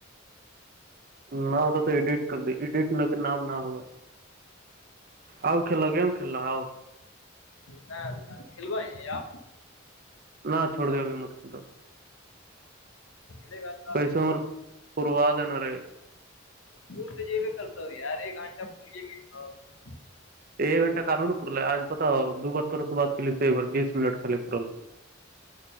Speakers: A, on the right (about 45°); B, on the left (about 80°).
A: نہ ہو تو تو ایڈٹ کر د ایڈٹ نگر نام نہ ہوائے آؤ کھیل گم کل آ
B: نہچھ کلو ہے آ
A: نہ چھوڑ دے ا بھی مت ک تو
B: جے گات
A: کئی سمر پوروا دینے
B: پور تو ج بھی کرتا ہ یار ایک گھنٹا پوری گئی ہ
A: ایک گنٹہ کال نا پل آج پتا ہو دو بار تورے سے بات کر ایک بار بیس منٹ خالی پ